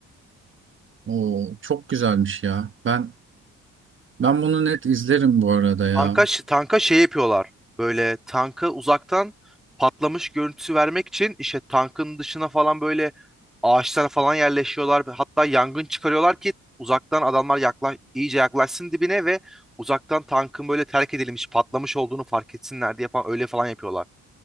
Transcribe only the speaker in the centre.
Tanka, ş- tanka şey yapıyorlar. Böyle tanka uzaktan patlamış görüntüsü vermek için işte tankın dışına falan böyle ağaçlara falan yerleşiyorlar. Hatta yangın çıkarıyorlar ki uzaktan adamlar yakla, iyice yaklaşsın dibine ve uzaktan tankın böyle terk edilmiş, patlamış olduğunu fark etsinler diye falan öyle falan yapıyorlar.